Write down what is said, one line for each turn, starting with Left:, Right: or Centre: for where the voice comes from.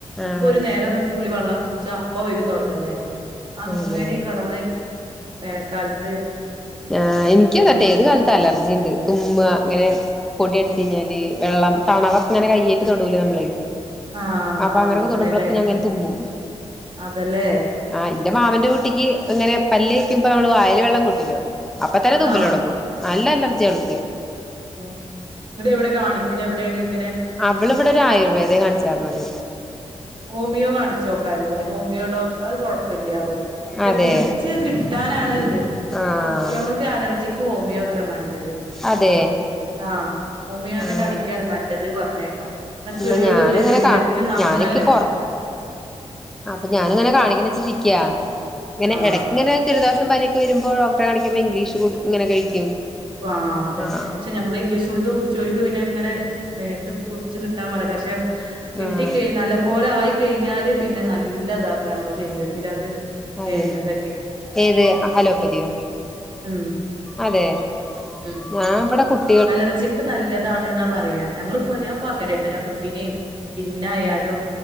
Centre: ആഹ്
Right: ഇപ്പൊ ഒരു നേരം ഒന്ന് തുള്ളി വെള്ളം കുട്ച്ച അപ്പ വരും തൊണ്ട വേധന. അങ്ങനീം
Centre: അതെ
Right: കെടന്ന് വേനക്കാൽത്ത്.
Centre: ആ ഇൻക്ക് തട്ടേ ഏത് കാലത്ത് അലർജി ണ്ട് തുമ്മ ങ്ങനെ പൊടിയട്ച്ച് കഴിഞ്ഞാല് വെള്ളം തണവക്ക ഇങ്ങനെ കയ്യയിട്ട് തൊടൂലേ നമ്മള്
Right: ആഹ്
Centre: അപ്പ
Right: ആഹ്
Centre: അങ്ങനെക്കെ
Right: അങ്ങനെല്ലേ
Centre: തൊടുമ്പളൊക്കെ ഞാങ്ങനെ തുമ്പും.
Right: അതല്ലേ
Centre: ആ ന്റെ മാവന്റെ കുട്ടിക്ക് ഇങ്ങനെ പല്ലേക്കുമ്പ നമ്മള് വായേല് വെള്ളം കൂട്ടില്ലോ അപ്പത്തന്നെ തുമ്പൽ
Right: ആഹ്
Centre: തൊടങ്ങും നല്ല അലർജിവൾക്ക്.
Right: ആ ന്ന്ട്ട് എവ്ടെ കാണിക്കലവ്ടേണ്ങ്ങനെ
Centre: അവള് വ്ടെ ഒരു ആയുർവേദെ കാൺച്ചാര്ന്നത്
Right: ഹോമിയോ കാണിച്ചോക്കായ്ന്നീലേ ഹോമിയോ ഡോ അത് കൊഴപ്പല്ല്യാ തോൺണ് പക്ഷെ
Centre: അതെ
Right: പുടിച്ച് കിട്ടാനാണ് ത്
Centre: ആഹ്
Right: നമ്മൾക്ക് അലർജി ക്ക്‌ ഹോമിയോ ത്രേ നല്ലത്
Centre: അതെ
Right: ആ ഹോമിയോനെ
Centre: ആഹ്
Right: കാണി ഒക്കെയാണ് നല്ലത് പറഞ്ഞ കേക്കാ എന്ന
Centre: എന്നാ
Right: കേടൂല
Centre: ഞാനിങ്ങനെ
Right: ശരീരത്തിന്
Centre: കാ
Right: നന്നല്ലെ
Centre: ഞാനിക്ക് അപ്പൊ ഞാനിങ്ങനെ കാണണ വെച്ചിിരിക്കയാ ഇങ്ങനെ
Right: ആഹ്
Centre: ഇടക്ക ഇങ്ങനെ <unintelligible> <unintelligible> ഇംഗ്ലീഷ് കുടി ഇങ്ങനെ കഴിക്കും
Right: ആ അതെ
Centre: ആഹ്
Right: പക്ഷെ നഞമ്മള് ഇംഗ്ലീഷ് ഗുളി ചുക്ക് പിന്നെ എങ്ങനെ മേത്ത് കുടിച്ചച്ച് കിട്ടാൻ മതി പക്ഷെ കിട്ടി
Centre: ആഹ്
Right: കഴിഞ്ഞ നല്ല പോലെ ആയിക്കഴിഞ്ഞാല് പിന്നെ നല്ലത അത്ര നമ്മളെ ശരീരത്തിൽ അത്
Centre: അതെ
Right: വരുന്നതൊക്കെ
Centre: ഏത് അലോപ്പതിയോ
Right: ഉം
Centre: അതെ
Right: ഉം
Centre: ഞാന ഇവിടെ കുട്ട
Right: അലർജിക്ക് നല്ലതാണെന്നാ പറയ ഞങ്ങള്ൾ പോയി ഞാൻപ്പോ അങ്ങനെയ കേട്ടോ ഞാൻ കുട്ടീനേും പോ പിന്നെ ആയാലും